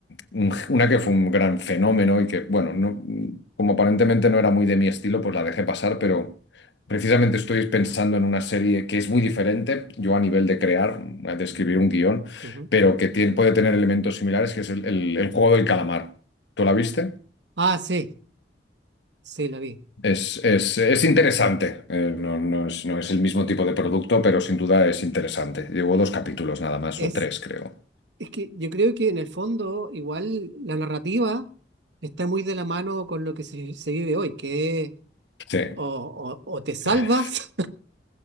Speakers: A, on the left; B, on the right.
A: un- una que fue un gran fenómeno y que, bueno, no- como aparentemente no era muy de mi estilo, pues la dejé pasar, pero precisamente estoy pensando en una serie que es muy diferente, yo a nivel de crear, de escribir un guión,
B: ujú.
A: pero que tie- puede tener elementos similares, que es el, el- el juego del calamar. ¿Tú la viste?
B: Ah, sí, sí, la vi.
A: Es, es- es interesante. Eh, no, no es, no es el mismo tipo de producto, pero sin duda es interesante. Llevo dos capítulos nada más,
B: Es,
A: o tres, creo.
B: es que yo creo que en el fondo igual la narrativa está muy de la mano con lo que se, se vive hoy, que es
A: Sí.
B: o, o, o te salvas,
A: Eh,